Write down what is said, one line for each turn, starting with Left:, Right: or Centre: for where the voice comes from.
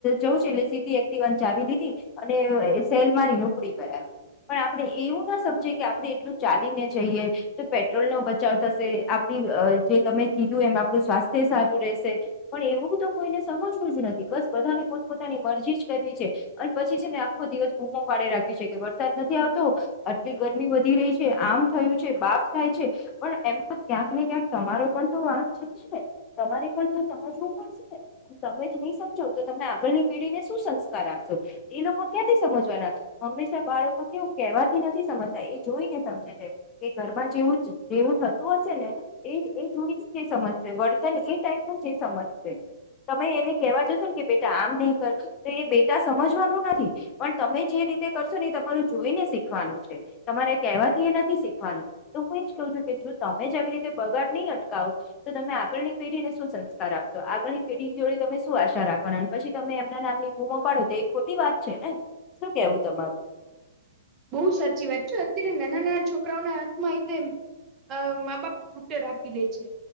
Left: જઉં છે એટલે સીધી એક્ટીવાની ચાવી લીધી અને સેલ મારીને ઊપડી ગયા પણ આપણે એવું ના સમજીએ કે આપણે એટલું ચાલીને જઈએ. તો પેટ્રોલ નો બચાવ થશે આપડી જે તમે કીધું એમ આપણું સ્વાસ્થ્ય સારું રહેશે. પણ એવું તો કોઈને સમજવું જ નથી બસ બધાને પોતપોતાની મરજી જ કરવી છે. અને પછી છે ને આખો દિવસ બૂમો પાડે રાખી શકે વરસાદ નથી આવતો. આટલી ગરમી વધી રહી છે આમ થયું છે બાફ થાય છે. પણ એમતો ક્યાંક ને ક્યાંક તમારો પણ તો વાક <unintelligible> ને તમારે પણ તો સમજવું પડશેને તમે જ નહી સમજો તો તમે આગળની પેઢી ને શું સંસ્કાર આપશો એ લોકો ક્યાંથી સમજવાના હંમેશા બાળકો કેવું કહેવાથી નથી સમજતા એ જોઈ ને સમજે છે. કે ઘરમાં જેવું જેવું થતું હશે ને એ જોઈને સમજશે વર્તન એ ટાઈપ નું જે સમજશે. તમે એને કેવા જશો ને કે બેટા આમ નહી કર તો એ બેટા સમજવાનું નથી. પણ તમે જે રીતે કરશો ને એ તમારું જોઈને શીખવાનું છે તમારે કેહેવાથી એ નથી શીખવાનું. તો હું એજ કહું છું કે જો તમે જ આવી રીતે બગાડ નહીં અટકાવો તો તમે આગળની પેઢી ને શું સંસ્કાર આપશો આગળની પેઢી જોડી તમે શું આશા રાખ વાના પછી તમે એમના નામની બૂમો પાાડો તો એ ખોટી વાત છે ને શું કેવું તમારું
Right: બહુ સાચી વાત છે અત્યારે નાના નાના છોકરાઓના હાથમાંઇતે અ મા બાપ સ્કૂટર આપી દે છે.